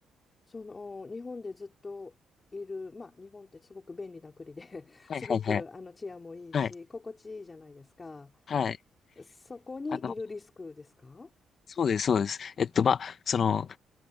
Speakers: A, on the left; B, on the left.
A: その日本でずっといる、まあ、日本ってすごく便利な国で <laughs>
B: はいはいはい。
A: すごくあの治安もいいし心地いいじゃないですか
B: はい。はい。
A: そこにいるリスクですか
B: あの、そうです、そうです。えっと、まあ、その、